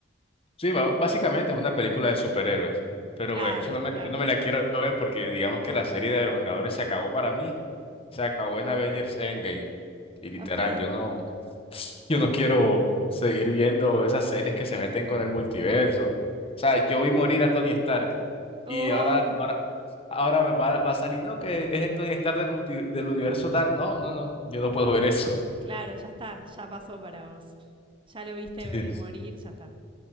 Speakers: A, on the left; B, on the right.
A: Sí, ba- básicamente es una película de superhéroes, pero
B: Claro,
A: pues, yo no me,
B: claro.
A: yo no me la quiero ver porque digamos que la serie de los Vengadores se acabó para mí, se acabó
B: <laughs>
A: en Avengers
B: Mm,
A: Endgame. Y literal,
B: Ok.
A: yo no, <sniffs> yo no quiero seguir viendo esas series que se meten con el multiverso. O sea, yo vi morir a Tony Stark
B: Oh,
A: y ahora, ahora, ahora va, va a salir, no, que es el Tony Stark del multi- del universo tal. No, no, no, yo no puedo ver eso.
B: claro, ya está, ya pasó para vos. Ya lo viste
A: <laughs>
B: eh, morir, ya está.